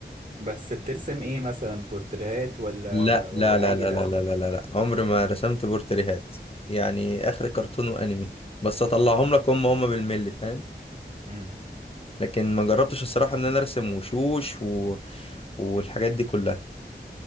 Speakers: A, on the right; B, on the left.
A: بس بترسم ايه مثلا بورتريهات ولا
B: لا
A: ولا
B: لا لا
A: اي
B: لا
A: رسمه
B: لا لا لا لا لا عمري ما رسمت بورتريهات يعني اخر كرتون وانمي بس اطلعهم لك هم هم بالملي فاهم
A: امم
B: لكن ما جربتش الصراحه ان انا ارسم وشوش و... والحاجات دي كلها